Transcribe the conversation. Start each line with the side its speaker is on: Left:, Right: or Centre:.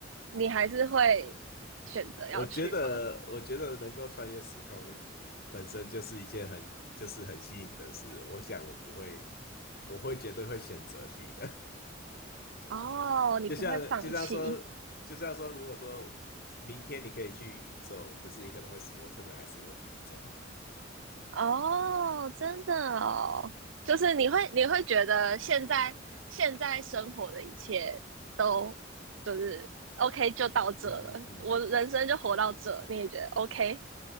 Right: 你还是会选择要去吗？
Left: 我觉得，我觉得能够穿越时空本身就是一件很就是很吸引的事。我想我不会，我会绝对会选择去的。
Right: 哦，你不会放弃。
Left: 就像就像说，就像说，如果说明天你可以去宇宙，可是你可能会死，我可能还是会去宇宙，<laughs>
Right: 哦，真的哦，就是你会你会觉得现在现在生活的一切都就是 OK 就到这了，
Left: 嗯嗯嗯，
Right: 我人生就活到这，你也觉得 OK